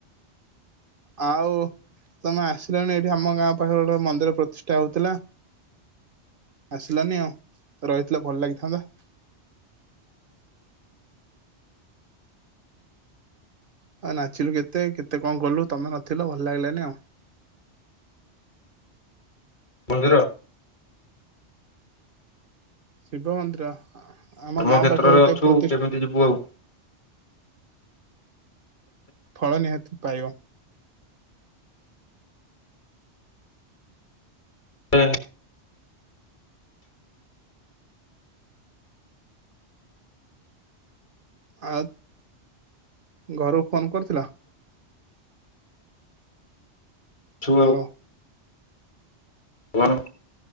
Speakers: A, on the right; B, on the left.
A: ଆଉ ତମେ ଆସିଲଣି ଏଇଠି ଆମ ଗାଁ ପାଖରେ ଗୋ ମନ୍ଦିର ପ୍ରତିଷ୍ଠା ହଉଥିଲା। ଆସିଲାନି ଆଉ ରହିଥିଲେ ଭଲ ଲାଗିଥାନ୍ତା। ଆଉ ନାଚିଲୁ କେତେ କେତେ କଣ କଲୁ ତମେ ନଥିଲ ଭଲ ଲାଗିଲାନି ଆଉ।
B: ମନ୍ଦିର
A: ଶିବ ମନ୍ଦିର ଆମ
B: କର୍ମ
A: ଗାଁ
B: କ୍ଷେତ୍ରରେ
A: ପାଖରେ ଗୋଟେ
B: ଅଛୁ
A: ପ୍ରତିଷ୍ଠ
B: କେମିତି ଯିବୁ ଆଉ।
A: ଫଳ ନିହାତି ପାଇବ।
B: <unintelligible>
A: ଆଉ ଘରକୁ ଫୋନ୍ କରିଥିଲ?
B: ଛୁ
A: ହ୍ୟାଲୋ
B: କଣ